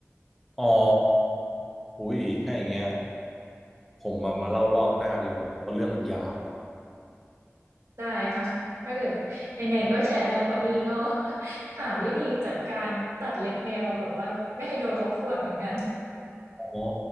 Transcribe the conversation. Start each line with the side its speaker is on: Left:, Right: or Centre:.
Centre: อ๋อหุยถ้าอย่างเงี้ยผมมามาเล่ารอบหน้าดีกว่าเพราะเรื่องมันยาว
Right: ได้ค่ะถ้าเกิดยังไงก็แชร์ได้เพราะนี่ก็ <laughs> หาวิธีจัดการตัดเล็บแมวแบบว่าไม่ให้โดนเขาข่วนเหมือนกัน
Centre: อ๋อ